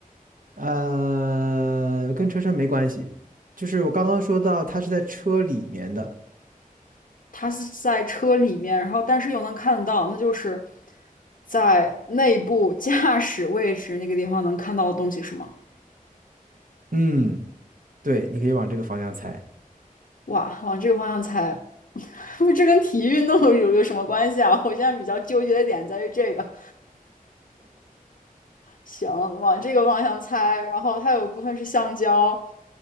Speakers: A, on the right; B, on the left.
A: 呃，跟车身没关系，就是我刚刚说到它是在车里面的。
B: 它是在车里面，然后但是又能看到，那就是在内部驾驶位置那个地方能看到的东西是吗？
A: 嗯，对，你可以往这个方向猜。
B: 哇，往这个方向猜，<laughs> 这跟体育运动有有什么关系啊？我现在比较纠结的点在于这个，行，往这个方向猜。然后它有一部分是橡胶，